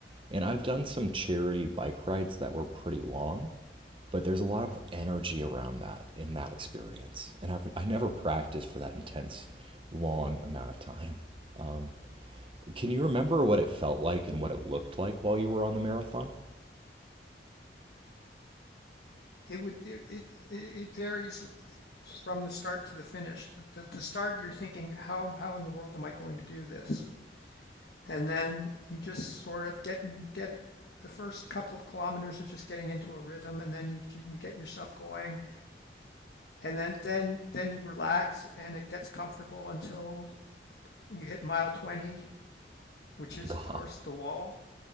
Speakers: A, on the right (about 30°); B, on the left (about 60°).
A: And I've done some charity bike rides that were pretty long, but there's a lot of energy around that in that experience. And I've, I never practiced for that intense, long amount of time. Um, can you remember what it felt like and what it looked like while you were on the marathon?
B: It would it it, it varies from the start to the finish. The, the, the start, you're thinking, how how in the world am I going to do this? And then you just sort of get get the first couple of kilometers are just getting into a rhythm, and then you you get yourself going, and then then then you relax, and it gets comfortable until you hit mile 20, which is
A: Wow.
B: of course the wall,